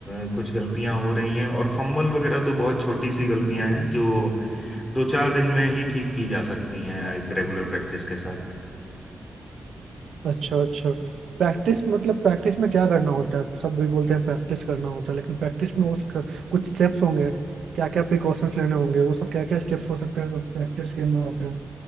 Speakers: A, on the left (about 15°); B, on the right (about 80°).
A: अ, कुछ गलतियां हो रही हैं और फंबल वगैरह तो बहुत छोटी सी गलतियां हैं जो दो चार दिन में ही ठीक की जा सकती हैं एक रेगुलर प्रैक्टिस के साथ
B: अच्छा अच्छा प्रैक्टिस मतलब प्रैक्टिस में क्या करना होता है सब भी बोलते हैं प्रैक्टिस करना होता है लेकिन प्रैक्टिस में उस कुछ स्टेप्स होंगे क्या क्या प्रिकॉशंस लेने होंगे वो सब क्या क्या स्टेप्स हो सकते हैं जो प्रैक्टिस के अंदर आते हैं